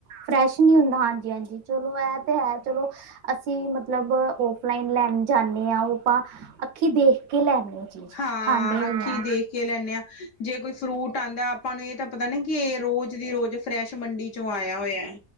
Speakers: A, on the right; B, on the left.
A: ਫਰੈਸ਼ ਨਹੀਂ ਹੁੰਦਾ, ਹਾਂਜੀ -ਹਾਂਜੀ ਚਲੋ ਇਹ ਤੇ ਹੈ ਚਲੋ। ਅਸੀਂ ਮਤਲਬ ਔਫਲਾਈਨ ਲੈਣ ਜਾਂਦੇ ਹਾਂ, ਉਹ ਆਪਾਂ ਅੱਖੀਂ ਦੇਖ ਕੇ ਲੈਦੇ ਹ। ਚੀਜ਼
B: ਹਾਂ
A: ਖਾਂਦੇ ਵੀ
B: ਅੱਖੀਂ
A: ਹ।
B: ਦੇਖ ਕੇ ਲੈਂਦੇ ਆ ਜੇ ਕੋਈ ਫਰੂਟ ਆਉਂਦਾ ਆਪਾਂ ਨੂੰ ਇਹ ਤਾਂ ਪਤਾ ਨਾ ਕਿ ਰੋਜ਼ ਦੀ ਰੋਜ਼ ਫਰੈਸ਼ ਮੰਡੀ। ਚੋਂ ਆਇਆ ਹੋਇਆ ਹੈ।